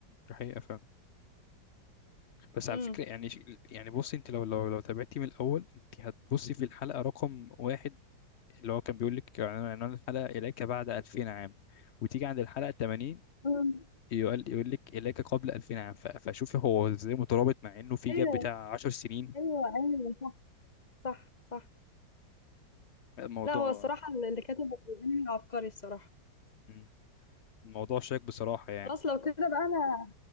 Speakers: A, on the left (about 65°); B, on the left (about 25°).
A: الحقيقه فاهم بس
B: امم
A: على فكره يعني ش- يعني بصي انت لو لو لو تابعتي من الاول انت هتبصي في الحلقه رقم واحد اللي هو كان بيقول لك عنوان عنوان الحلقه اليك بعد 2000 عام وتيجي عند الحلقه 80
B: أمم.
A: يقول يقول لك اليك قبل 2000 عام ف- فشوفي هو ازاي مترابط مع انه في
B: ايوه
A: جاب بتاع 10 سنين
B: ايوه ايوه صح صح صح
A: الموضوع
B: لا هو الصراحه اللي كاتب الانمي عبقري الصراحه
A: مم. الموضوع شاك بصراحه يعني
B: خلاص لو كده بقى انا